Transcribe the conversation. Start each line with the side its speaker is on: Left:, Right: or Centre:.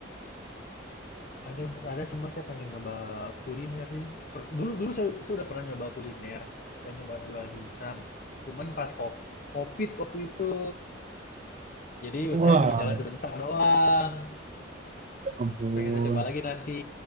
Left: Ada Mas, ada sih Mas, saya pengen nyoba kuliner sih. Per dulu dulu saya saya udah pernah nyoba kuliner, saya nyoba jual dimsum, cuman pas ko Covid waktu itu. Jadi usahanya
Right: Wah,
Left: cuma jalan sebentar doang.
Right: ya ampun.
Left: Pengen saya coba lagi nanti